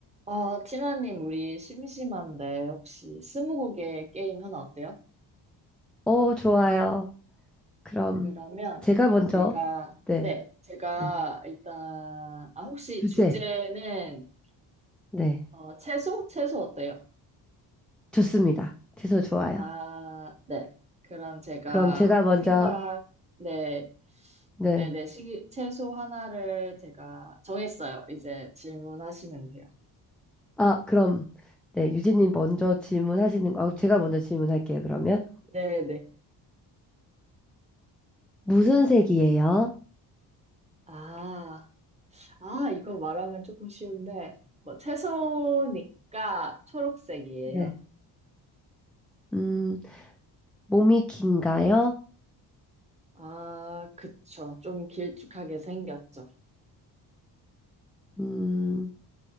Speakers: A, on the right; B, in the centre.
A: 아, 티나님, 우리 심심한데 혹시 스무고개 게임 하나 어때요?
B: 어, 좋아요. 그럼
A: 그러면
B: 제가 먼저,
A: 제가,
B: 네,
A: 네, 제가
B: 네.
A: 일단, 아, 혹시
B: 주제,
A: 주제는
B: 네,
A: 어, 채소? 채소 어때요?
B: 좋습니다. 주소 좋아요.
A: 아, 네. 그럼 제가
B: 그럼 제가
A: 한
B: 먼저,
A: 개 생각, 네,
B: 네,
A: 네, 네, 시, 채소 하나를 제가 정했어요. 이제 질문하시면 돼요.
B: 아, 그럼, 네, 유진님 먼저 질문하시는, 아, 제가 먼저 질문할게요, 그러면.
A: 네, 네.
B: 무슨 색이에요?
A: 아. 아, 이거 말하면 조금 쉬운데, 뭐, 채소니까 초록색이에요.
B: 네, 음, 몸이 긴가요?
A: 아, 그쵸. 좀 길쭉하게 생겼죠.
B: 음,